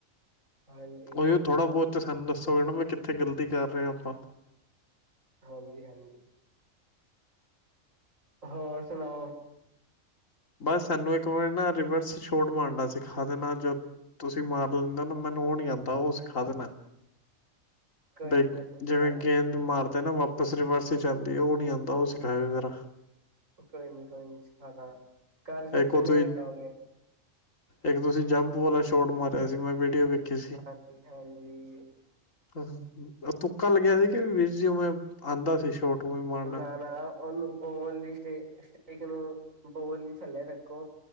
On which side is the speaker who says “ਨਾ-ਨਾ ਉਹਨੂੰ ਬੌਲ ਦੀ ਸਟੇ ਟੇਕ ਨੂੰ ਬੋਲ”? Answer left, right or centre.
Right